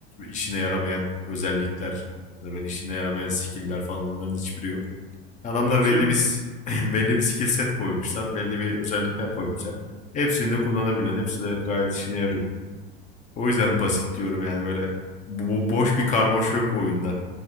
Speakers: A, on the left; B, on the right.
A: işine yaramayan özellikler böyle işine yaramayan skill'ler falan onların hiçbiri yok. Adamlar
B: Böyle bir
A: belli
B: şey yok
A: bir
B: ki.
A: <clears throat> <laughs> belli bir skill set koymuşlar, belli bir özellikler koymuşlar. Hepsini de kullanabiliyorsun. Hepsi de gayet işine yarıyor. O yüzden basit diyorum yani böyle bu boş bir karmaşa yok oyunda